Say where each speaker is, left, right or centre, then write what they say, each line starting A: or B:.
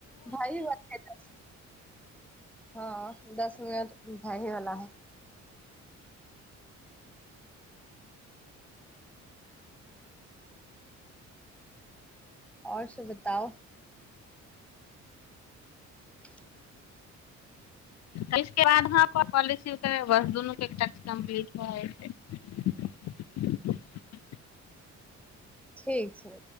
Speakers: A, in the centre; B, on the left.
A: भई होते दस सेकेंड हँ दस मिनट भही वला हए आओर सब बताउ क
B: तेईस के बाद हम पॉलिसी करेबै बस दुनू के टच कम्पलीट हो जाइ छै
A: ठीक छै